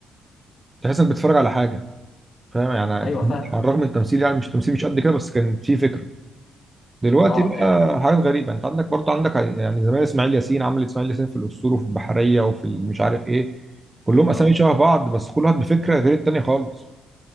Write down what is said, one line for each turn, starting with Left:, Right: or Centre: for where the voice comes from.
Right: تحس انك بتتفرج على حاجه فاهم يعني
Left: ايوه
Right: أنت
Left: فاهمك
Right: على الرغم من التمثيل يعني مش تمثيل مش قد كده بس كان في فكره دلوقتي
Left: اه
Right: بقى
Left: اه
Right: حاجات غريبه انت عندك برضه عندك يعني زمان اسماعيل ياسين عمل اسماعيل ياسين في الاسطول وفي البحريه وفي مش عارف ايه كلهم
Left: اه
Right: اسامي شبه بعض بس كل واحد بفكره غير التاني خالص